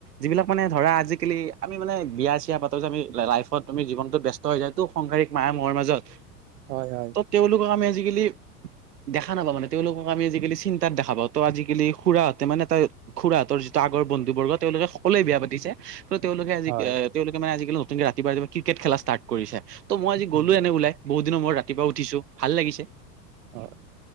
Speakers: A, on the right; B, on the right.
A: যিবিলাক মানে ধৰা আজিকালি আমি মানে বিয়া চিয়া পাতো যে আমি লাইফত তমি জীৱনত ব্যস্ত যায় টো সংসাৰিক মায় মোৰ মাজত
B: হয় হয়
A: ত তেওঁলোকক আমি আজিকালি দেখা নাপাওঁ মানে তেওঁলোকক আমি আজিকালি চিন্তাত দেখা পাও ত' আজিকালি খুৰাহঁতে মানে এটা খুৰাহতৰ যি আগৰ বন্ধু বৰ্গ তেওঁলোকে সকলোৱে বিয়া পাতিছে কিন্ত তেওঁলোকে আজি
B: হয়
A: আহ তেওঁলোকে মানে আজিকালি নতুকে ৰাতিপুৱা ক্ৰিকেট খেলা ষ্টাৰ্ট কৰিছে ত মই আজি
B: উম
A: গলো এনে ওলাই বহুত দিনৰ মই ৰাতিপুৱ উঠিছো ভাল লাগিছে
B: হয়